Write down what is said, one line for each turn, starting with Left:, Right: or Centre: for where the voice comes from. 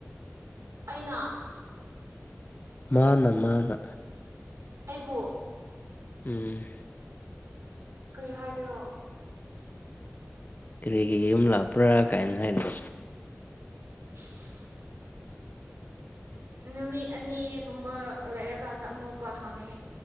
Right: ꯑꯩꯅ
Left: ꯃꯥꯅ ꯃꯥꯅ
Right: ꯑꯩꯕꯨ
Left: ꯎꯝ
Right: ꯀꯔꯤ ꯍꯥꯏꯒꯦꯔꯣ
Left: ꯀꯔꯤꯒꯤ ꯌꯨꯝ ꯂꯥꯛꯄ꯭ꯔꯥ ꯀꯥꯏꯅ ꯍꯥꯏꯗ
Right: ꯏꯁ ꯅꯨꯃꯤꯠ ꯑꯅꯤꯒꯨꯝꯕ ꯂꯩꯔꯀꯥꯟꯗ ꯑꯃꯨꯛꯀ ꯍꯪꯉꯦ